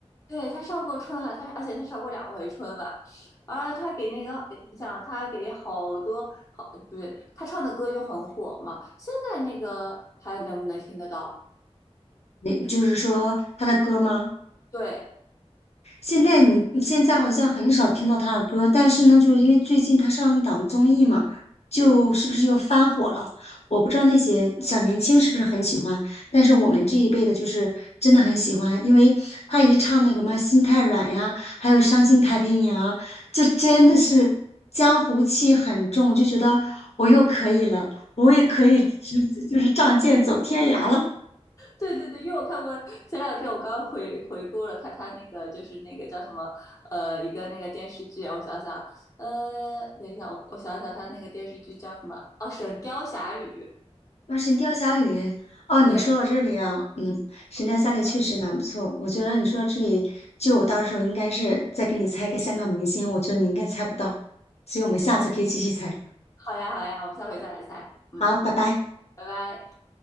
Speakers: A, on the left; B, on the left.
A: 对，他上过春晚，他而且他上过两回春晚，啊，他给那个，哎你想他给好多好，不是他唱的歌就很火嘛。现在那个还能不能听得到？
B: 那就是说他的歌吗？
A: 对，
B: 现在你现在好像很少听到他的歌，但是呢，就是因为最近他上一档综艺嘛，就是不是又翻火了？
A: 嗯。
B: 我不知道那些小年轻是不是很喜欢，但是我们这一辈的，就是真的很喜欢，因为他一唱那个嘛《心太软》呀，还有《伤心太平洋》，就真的是江湖气很重，我就觉得我又可以了，我也可以直，就是仗剑走天涯了。
A: 对对对，因为我看过，前两天我刚回回顾了看他那个，就是那个叫什么，呃，一个那个电视剧啊，我想想，呃，等一下，我我想想，他那个电视剧叫什么？哦，《神雕侠侣》。
B: 哇，哦《神雕侠侣》哦，你说到这里啊，
A: 对，
B: 嗯，《神雕侠侣》确实蛮不错。
A: 你说
B: 我觉得你说到这里，就我到时候应该是再给你猜一个香港明星，我觉得你应该猜不到，所以我们下次可以继续猜。
A: 好呀好呀，我们下回再来猜。嗯，
B: 好，拜拜。
A: 拜拜。